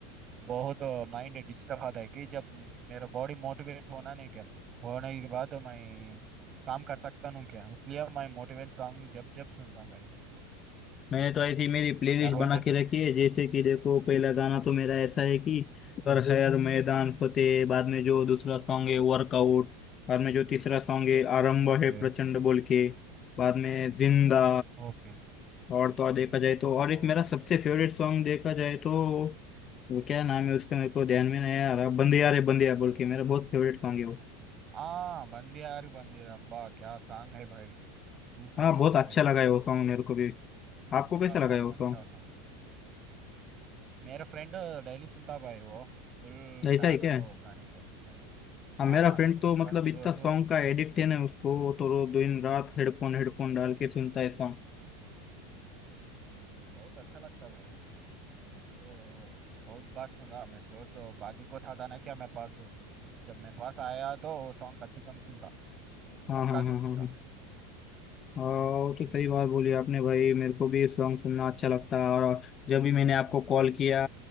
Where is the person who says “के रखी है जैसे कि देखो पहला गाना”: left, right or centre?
Left